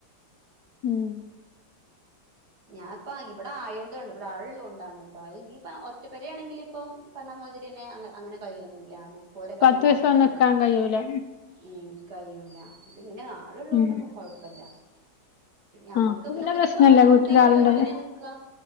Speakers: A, on the left; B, on the right.
A: ഉം
B: ഞാപ്പ ഇവിടെ ആയൊണ്ട് ഇവിടെ ആളുളോണ്ടാണ് കെട്ടോ അയ് ഇപ്പൊ ഒറ്റ പെരയാണെങ്കില്- ഇപ്പം പറഞ്ഞ മാതിരിന്നെ അങ്ങനെ കഴിയൊന്നുല്ല ആഹ് ബുക്ക്- ഓരോ കാര്യം
A: പത്ത് ദിവസം
B: നോക്കണല്ലോ
A: നിക്കാൻ കഴിയൂല
B: ഉം കയ്യൂല്ല ഇതിങ്ങനെ - ആളിള്ളോണ്ട്
A: ഉം
B: നമ്മക്ക് കൊഴപ്പില്ല ഞമ്മക്ക്
A: ആഹ് അപ്പൊ
B: പിന്നെ ഇവരിക്കും
A: പ്രശ്നല്ല
B: അറിയ ഞമ്മക്ക്
A: വീട്ടില്
B: ഈയൊരു
A: ആളുണ്ടാവും
B: ഒഴുവിനെ നിക്കുവാ